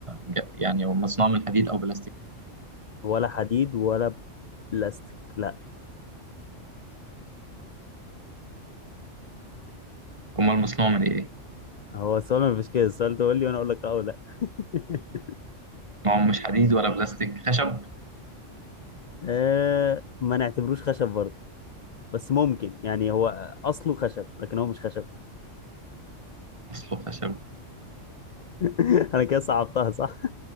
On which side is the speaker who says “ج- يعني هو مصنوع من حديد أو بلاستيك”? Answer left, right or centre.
Right